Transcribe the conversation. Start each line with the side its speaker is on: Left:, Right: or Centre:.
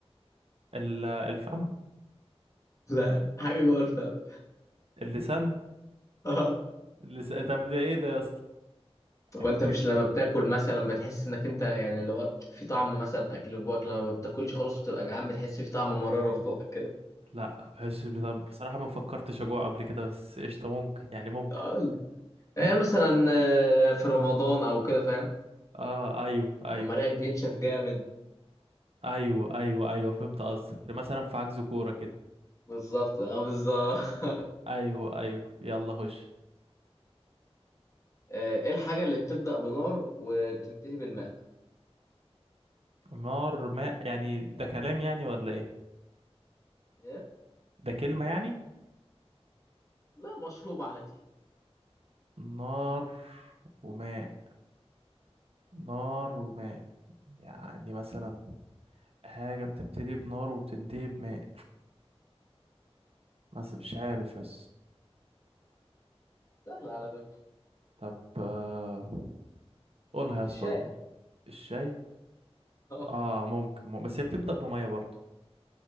Right: ال- الفم
Left: لا حاجة جوه الفم
Right: اللسان
Left: <laughs> اه
Right: اللسان طب ده إيه ده يا اسطى
Left: هو
Right: أكل
Left: أنت مش لما بتاكل مثلا بتحس إنك أنت يعني اللي هو في طعم مثلا أكل في بقك لما ما بتاكلش خالص وتبقى جعان بتحس في طعم مرارة في بقك كده
Right: لا بحس بط- بصراحة ما فكرتش أجوع قبل كده بس قشطة ممكن يعني ممكن
Left: اه يعني
Right: <laughs>
Left: مثلا آه، في رمضان أو كده فاهم
Right: آه أيوه أيوه
Left: لما ريقك بينشف جامد
Right: أيوه أيوه أيوه فهمت قصدك مثلا في عجز كورة كده
Left: بالظبط أه بالظبط <laughs>
Right: أيوه أيوه يلا خش
Left: آه، إيه الحاجة اللي بتبدأ بنار وبتنتهي بالماء؟
Right: نار ماء يعني ده كلام يعني ولا ايه
Left: إيه؟
Right: ده كلمة يعني
Left: لا مشروب عادي
Right: نار وماء نار وماء يعني مثلا حاجة بتبتدي بنار وبتنتهي بماء بس مش عارف بس
Left: سهل على فكرة
Right: طب آه، قولها يا اسطى
Left: الشاي
Right: قولها قولها. الشاي
Left: اه
Right: اه ممكن مم- بس هي بتبدأ بمية برضه